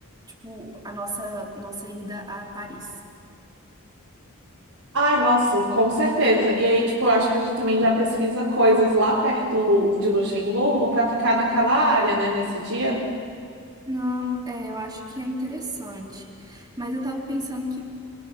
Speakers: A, on the right; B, on the right.
A: tipo, a nossa, nossa ida a Paris.
B: Ai, nossa, com certeza. E aí, tipo, eu acho que a gente também já pesquisa coisas lá perto de Luxemburgo para ficar naquela área, né, nesse dia.
A: Não, é, eu acho que é interessante, mas eu tava pensando que